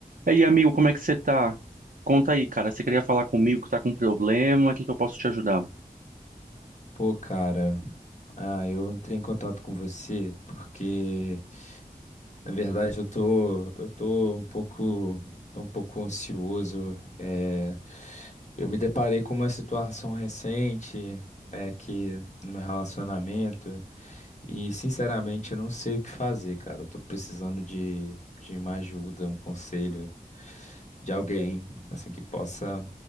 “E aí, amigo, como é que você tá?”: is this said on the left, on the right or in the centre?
Right